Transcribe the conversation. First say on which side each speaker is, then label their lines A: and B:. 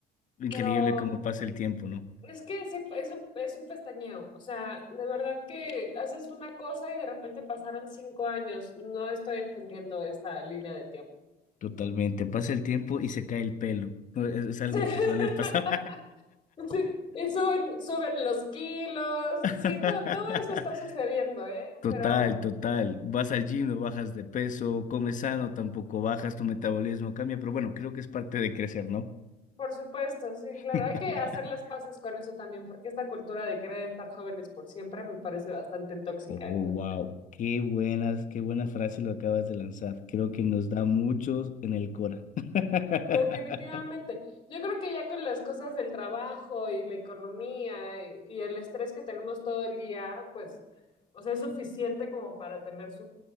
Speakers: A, on the left; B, on the left.
A: Increíble
B: Pero
A: cómo pasa el tiempo, ¿no?
B: es que ese- es un, es un pestañeo. O sea, de verdad que haces una cosa y de repente pasaron cinco años. No estoy entendiendo esta línea de tiempo.
A: Totalmente. Pasa el tiempo y se cae el pelo. No, Es, es algo
B: <laughs>
A: que suele pasar.
B: Sí, y suben, suben los kilos.
A: <laughs>
B: Sí, todo, todo eso está sucediendo, ¿eh?
A: Total,
B: Pero
A: total. Vas al gym, no bajas de peso, comes sano, tampoco bajas, tu metabolismo cambia, pero bueno, creo que es parte de crecer, ¿no?
B: por supuesto, sí,
A: <laughs>
B: claro, hay que hacer las paces con eso también, porque esta cultura de querer estar jóvenes por siempre me parece bastante tóxica.
A: Oh,
B: entonces.
A: wow, qué buenas, qué buena frase lo acabas de lanzar. Creo que nos da muchos en el Cora. <laughs>
B: Definitivamente. Yo creo que ya con las cosas del trabajo y la economía y, y el estrés que tenemos todo el día, pues, o sea, es suficiente como para tener su-